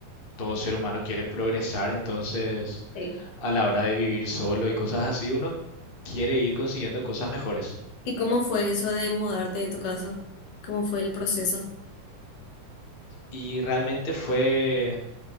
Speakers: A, on the left (about 20°); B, on the left (about 70°).
A: todo ser humano quiere progresar, entonces
B: sí.
A: a la hora de vivir solo y cosas así, uno quiere ir consiguiendo cosas mejores.
B: ¿Y cómo fue eso de mudarte de tu casa? ¿Cómo fue el proceso?
A: Y realmente fue